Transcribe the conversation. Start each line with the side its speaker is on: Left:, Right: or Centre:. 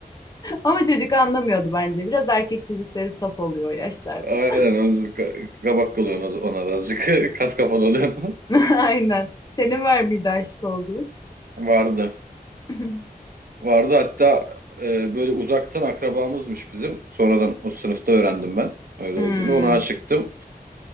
Left: Ama çocuk anlamıyordu bence. Biraz erkek çocukları saf oluyor o yaşlarda.
Right: Aynen o ka- kabak kalıyorsun ona da azıcık. <laughs> Kas kafalı oluyorsun.
Left: <laughs> Aynen. Senin var mıydı aşık olduğun?
Right: <laughs> Vardı.
Left: <laughs>
Right: Vardı hatta e, böyle uzaktan akrabamızmış bizim. Sonradan o sınıfta öğrendim ben öyle
Left: Hmm.
Right: olduğunu. Ona aşıktım.